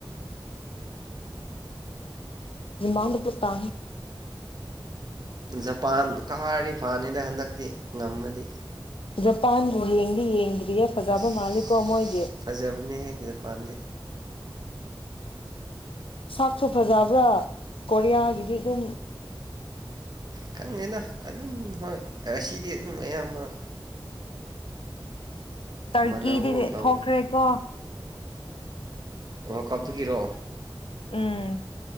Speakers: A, on the left (about 80°); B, on the right (about 50°).
A: ꯃꯗꯄ ꯇ
B: ꯖꯄꯥꯟ ꯀꯥꯔꯤ ꯐꯥꯅꯤꯗ ꯍꯟꯗꯛ ꯛꯇꯤ ꯉꯝꯃꯗꯤ
A: ꯖꯄꯥꯟꯕꯨ ꯌꯦꯡꯗꯤ ꯌꯦ ꯌꯦꯡꯗꯤ ꯕꯤꯌꯦ ꯐꯖꯕ
B: ꯑꯁ
A: ꯃꯥꯦ ꯀꯣꯃꯣꯏꯒꯤ
B: ꯐꯖꯕꯅꯦꯍꯦ ꯖꯄꯥꯟꯗꯤ
A: ꯁꯥꯞꯁꯨ ꯐꯖꯕ꯭ꯔꯥ ꯀꯣꯔꯤꯌꯥꯒꯤꯗꯤ ꯑꯗꯨꯝ
B: ꯈꯪꯉꯦꯅ ꯑꯗꯨꯝ ꯍꯣꯏ ꯉꯁꯤꯗꯤ ꯑꯗꯨꯝ ꯑꯌꯥꯝꯕ
A: ꯇꯔꯀꯤꯗꯤ
B: ꯃꯥꯟꯅꯕꯒꯨꯝ ꯇꯧꯅꯤ
A: ꯊꯣꯛꯈ꯭ꯔꯦꯀꯣ
B: ꯑꯣ ꯀꯞꯗꯨ ꯀꯔꯣ
A: ꯎꯝ